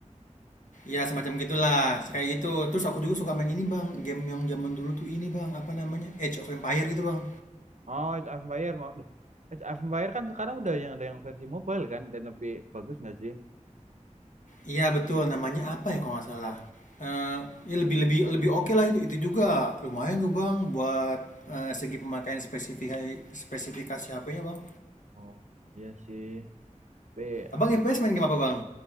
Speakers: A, on the left; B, on the right.
A: ya semacam gitulah kayak itu terus aku juga suka main ini bang game yang zaman dulu tuh ini bang apa namanya Age of Empire gitu bang
B: Oh, Age of Empire mau. Loh, Age of Empire kan sekarang udah yang ada yang versi mobile kan dan lebih bagus nggak sih?
A: iya betul namanya apa ya kalau nggak salah Eh, ya lebih lebih lebih oke lah itu itu juga lumayan tuh bang buat eh, segi pemakaian spesifikasi spesifikasi HP-nya bang
B: Oh, iya sih. B
A: Abang
B: aku
A: FPS main game apa Bang?